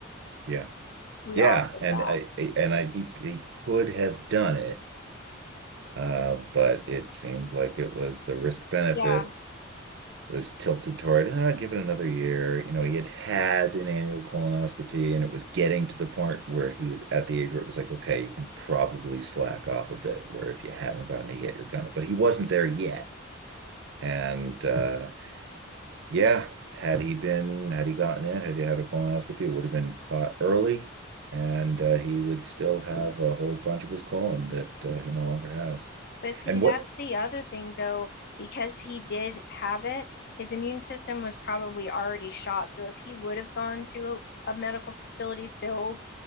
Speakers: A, on the right (about 60°); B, on the left (about 55°).
A: yeah,
B: we
A: yeah.
B: offered
A: And
B: that
A: I, I- and I, he, he could have done it, uh, but it seemed like it was the risk benefit
B: yeah
A: was tilted toward, ah, give it another year. You know, he had had an annual colonoscopy and it was getting to the point where he was at the age where it was like, okay, you can probably slack off a bit, where if you haven't gotten it yet, you're gonna, but he wasn't there yet. And, uh, Yeah, had he been, had he gotten in, had he had a colonoscopy, it would have been caught early, and uh, he would still have a whole bunch of his colon that uh, he no longer has.
B: But see,
A: And
B: that's
A: what
B: the other thing, though, because he did have it, his immune system was probably already shot. So if he would have gone to a, a medical facility filled